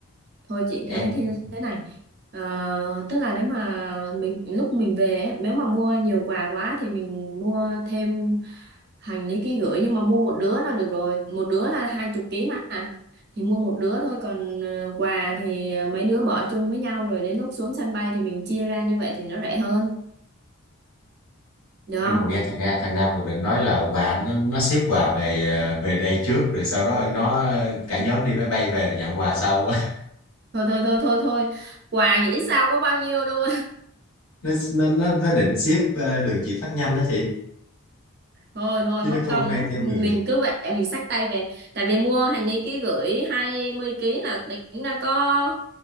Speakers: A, on the right; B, on the left.
A: thôi chị
B: Em
A: thấy thế thế này Ờ, tức là nếu mà mình lúc mình về ấy, nếu mà mua nhiều quà quá thì mình mua thêm hành lý ký gửi nhưng mà mua một đứa là được rồi một đứa là hai chục ký mà thì mua một đứa thôi còn ờ, quà thì mấy đứa bỏ chung với nhau rồi đến lúc xuống sân bay thì mình chia ra như vậy thì nó rẻ hơn được
B: em vừa
A: không
B: nghe thằng Nga thằng Nam còn định nói là quà nó nó ship quà về ờ, về đây trước rồi sau đó nó cả nhóm đi máy bay về rồi nhận quà sau <laughs> á
A: thôi thôi thôi thôi thôi quà nghĩ sao có bao nhiêu đâu
B: nó nó nó nó định ship ờ, đường chỉ phát nhanh đó chị
A: thôi thôi
B: chứ
A: mất
B: nó không
A: công
B: mang
A: lắm
B: theo người
A: mình cứ vậy mình xách tay về tại vì mua hành lý ký gửi 20 ký là tính ra có